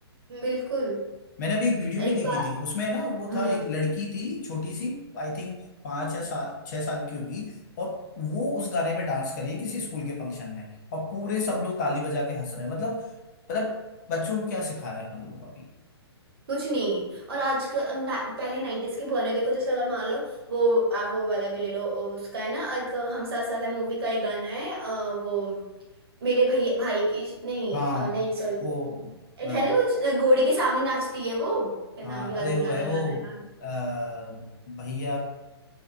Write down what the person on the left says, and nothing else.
मैंने अभी एक वीडियो
भी देखी
थी उसमें है ना वो
था एक लड़की थी छोटी सी आई थिंक पांच या सा, छह साल की होगी और वो उस गाने पे डांस कर रही है किसी स्कूल के फंक्शन में और पूरे सब लोग ताली बजा के हंस रहे हैं मतलब मतलब बच्चों को क्या सिखा रहे हैं अपन लोग अभी
हाँ
वो
अ,
हाँ
अरे
वो
है
वो
अ, भैया